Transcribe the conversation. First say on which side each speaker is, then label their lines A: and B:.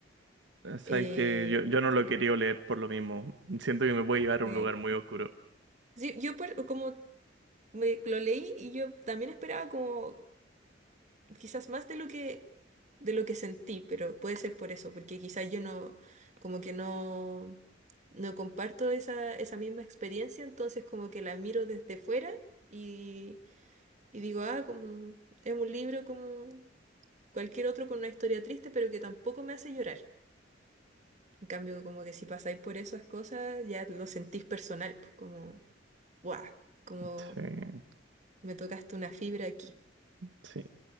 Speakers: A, on the right; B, on the right.
A: Sabes
B: Eh,
A: que yo, yo no lo quería leer por lo mismo. Siento que me puede llevar a
B: eh,
A: un lugar muy oscuro.
B: Sí, yo per- como me- lo leí y yo también esperaba como quizás más de lo que de lo que sentí, pero puede ser por eso, porque quizás yo no como que no no comparto esa esa misma experiencia, entonces como que la miro desde fuera y y digo, ah, como es un libro como cualquier otro con una historia triste, pero que tampoco me hace llorar. En cambio, como que si pasáis por esas cosas, ya lo sentís personal, pues, como, ¡guau! Como
A: Sí,
B: me tocaste una fibra aquí.
A: sí.